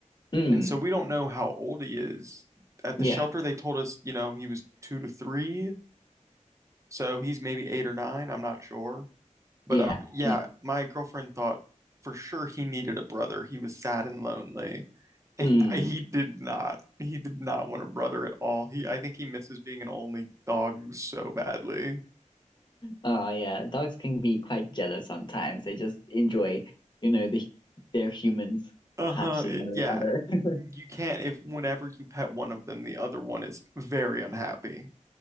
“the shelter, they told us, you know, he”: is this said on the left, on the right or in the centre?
Right